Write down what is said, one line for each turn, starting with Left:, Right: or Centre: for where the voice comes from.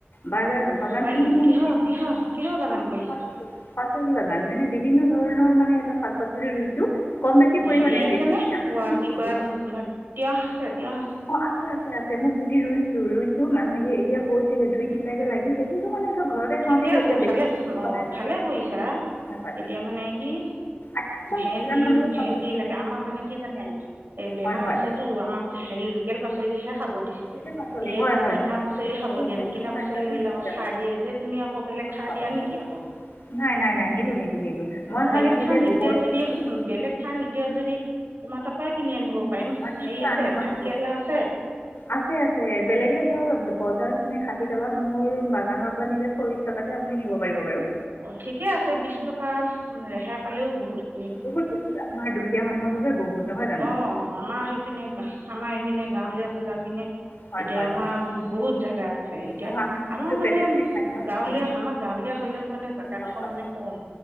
Left: বাগান
Right: অঁ
Left: বাগান
Right: হয়
Left: খনত
Right: নেকি
Left: মানে
Right: কিহৰ
Left: কি,
Right: কিহৰ
Left: পাচল
Right: কিহৰ বাগান কৰিছা
Left: পাচলিৰ বাগান। মানে বিভিন্ন ধৰণৰ মানে এইবাৰ শাক পাচলি ৰুইছোঁ। কম বেছি পৰিমাণে
Right: হেৰি আছেনে
Left: বেছি <unintelligible> নহয়
Right: কি কয়
Left: আৰু।
Right: তিয়ঁহ আছে তিয়ঁহ
Left: অ আছে আছে আছে, মই পুলি ৰুইছো, ৰুইছোঁ ম‌ই মানে এ এতিয়া হৈছেগে। দুইত তিনটাকে লাগিছে। কিন্তু মানে
Right: ঠিকে
Left: গৈছে
Right: আছে
Left: বেছিকৈ
Right: ভালে
Left: হোৱা
Right: অ
Left: নাই
Right: ভালে কৰিছা,
Left: নহয় হয়
Right: এতিয়া মানে কি
Left: আহিবচোন
Right: ভেন্দি,
Left: বাগানখনলৈ
Right: ভেন্দি
Left: চাবলৈ
Right: লাগে। আমাৰ মানে কি জানে? এই বেমাৰ
Left: হয় হয়
Right: আছেতো। আমাৰ হেৰি ল লোকেল পাচলিহে। খাব দিছে
Left: শাক পাচলি
Right: এই
Left: হয় হয়
Right: কিনা পাচলি খাব
Left: সেই
Right: দিয়া
Left: মই
Right: নাই। কিনা পাচলি
Left: ঠিক
Right: বিলাকক
Left: আছে
Right: সাৰ
Left: আপুনি।
Right: দিয়ে যে তুমি আকৌ বেলেগ সাৰ
Left: হয়
Right: দিয়া
Left: হয়
Right: নেকি আকৌ।
Left: নাই নাই নাই নিদিওঁ নিদিওঁ নিদিওঁ মই
Right: অ
Left: খালী
Right: বেলেগ
Left: দিলে
Right: সাৰ নিদিয়া
Left: গোবৰ
Right: যদি,
Left: দিওঁ
Right: বেলেগ সাৰ নিদিয়া যদি তোমাৰ তাৰ পৰাই কিনি আনিব পাৰিম
Left: হয় নিশ্চয়,
Right: হেৰি আছে
Left: আহিব আহিব।
Right: ভাতকেৰেলা আছে
Left: আছে আছে, বেলেগে ধৰক বজাৰ মানে ষাঠি টকা মোৰ বাগানৰ পৰা নিলে চল্লিশ টকাতে আপুনি নিব পাৰিব বাৰু।
Right: অ ঠিকে আছে বিশ টকা ৰেহাই পালেও বহুত।
Left: বহুত বহুত, আমাৰ দুখীয়া মানুহৰ বাবে বহুত। নহয় জানো
Right: অ আমাৰ সেইপিনে গা আমাৰ পিনে, গাঁওলীয়া জেগা পিনে,
Left: হয়
Right: এতিয়া
Left: হয়
Right: আমাৰ
Left: হয়
Right: বহুত জেগা আছে, এতিয়া
Left: অঁ আমিতো
Right: আমাৰ মানে
Left: পেটে পেটে খাই থকা মানুহ
Right: গাঁৱলীয়া আমাৰ গাঁৱলীয়া হলেও মানে জেগাডোখৰ
Left: হয় হয়
Right: মানে কম।